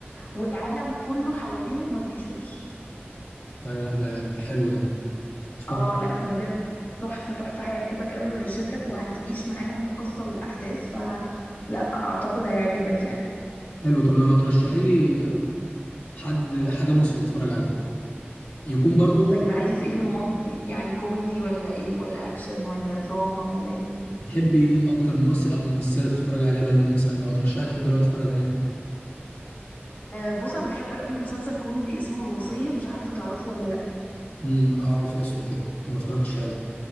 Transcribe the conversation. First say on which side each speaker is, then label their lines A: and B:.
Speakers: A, on the left (about 50°); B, on the left (about 70°).
A: والعالم كله حواليهم ما بيشوفش
B: ايوه لا ده حلو ده اتفرج
A: اه لا بجد تحفة تحفة هيعجبك قوي وهيشدك وهتعيش معاهم القصة والأحداث فلا أعتقد هيعجبك يعني
B: حلو طب لو هترشحي لي حد حاجه مصري اتفرج عليها يكون برضو
A: طيب عايز ايه في المصري يعني كوميدي ولا ايه ولا أكشن ولا دراما ولا ايه
B: بتحبي مين اكتر ممثل او ممثله تتفرج عليها دايما مثلا لو هترشحي لحد دلوقتي اتفرج عليها
A: آه بص أنا بحب قوي مسلسل كوميدي اسمه الوصية مش عارفة تعرفه ولا
B: امم اعرف اسمه كده يمكن ما اتفرجتش عليه